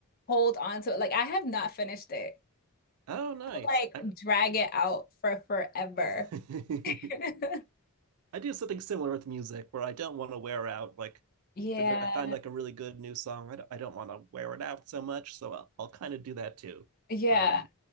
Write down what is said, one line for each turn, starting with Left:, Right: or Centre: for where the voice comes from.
Left: hold on to it. Like I have not finished it.
Right: Oh, nice.
Left: like
Right: I,
Left: drag it out for forever.
Right: <laughs>
Left: <laughs>
Right: I do something similar with music where I don't want to wear out. Like,
Left: Yeah.
Right: if there- I find like a really good new song, I don't, I don't want to wear it out so much. So I'll, I'll kind of do that too.
Left: Yeah.
Right: Um,